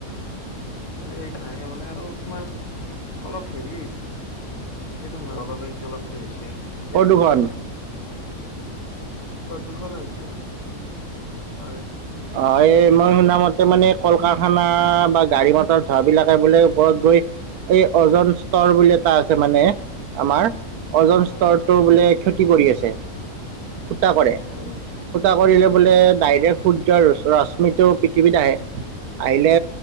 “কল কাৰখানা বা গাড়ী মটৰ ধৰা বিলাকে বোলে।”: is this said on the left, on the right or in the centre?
Right